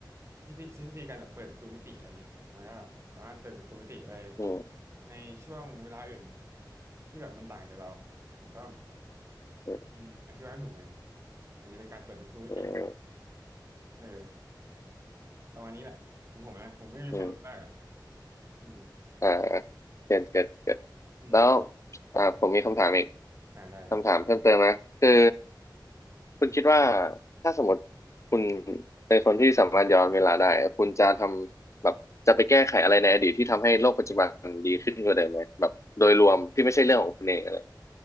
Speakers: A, on the right; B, on the left.
A: ที่ที่ทฤษฎีการแบบเปิดประตูมิติอะไรเงี้ยแล้วก็สามารถเปิดประตูมิติไป
B: อืม
A: ในช่วงเวลาอื่นที่แบบมันต่างจากเราผมก็
B: อืม
A: อืมอธิบายไม่ถูกเหมือนกันอาจจะเป็นการเปิดประตูมิติ
B: อืม
A: เออประมาณนี้แหละของผมนะผมไม่มีความรู้มากอ่ะ
B: อ่า
A: อืม
B: อ่าเกิดเกิดเกิด
A: อืม
B: แล้วอ่าผมมีคำถามอีก
A: อ่าได้ได้
B: คำถามเพิ่มเติมนะคือคุณคิดว่าถ้าสมมติคุณเป็นคนที่สามารถย้อนเวลาได้คุณจะทำแบบจะไปแก้ไขอะไรในอดีตที่ทำให้โลกปัจจุบันดีขึ้นกว่าเดิมไหมแบบโดยรวมที่ไม่ใช่เรื่องของคุณเองอะไร